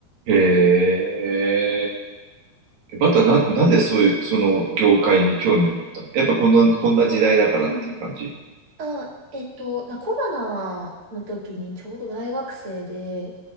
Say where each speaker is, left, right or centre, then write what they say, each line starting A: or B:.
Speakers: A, on the right; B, on the right.
A: へえ。えバターな、なぜそういう、その業界に興味を持ったのやっぱこの、こんな時代だからっていう感じ。
B: うんうんあ、えっと、なコロナの時にちょうど大学生で、